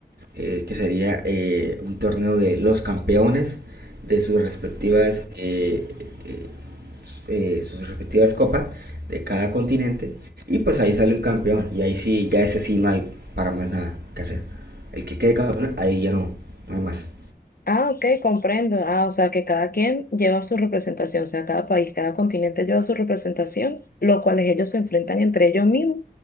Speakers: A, on the right (about 75°); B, on the left (about 65°).
A: eh, que sería eh, un torneo de los campeones de sus respectivas, eh, eh, eh, sus respectivas copas de cada continente. Y pues ahí sale un campeón. Y ahí sí, ya ese sí no hay para más nada que hacer. El que quede campeón, ahí ya no, no hay más.
B: Ah, ok, comprendo. Ah, o sea, que cada quien lleva su representación, o sea, cada país, cada continente lleva su representación, los cuales ellos se enfrentan entre ellos mismos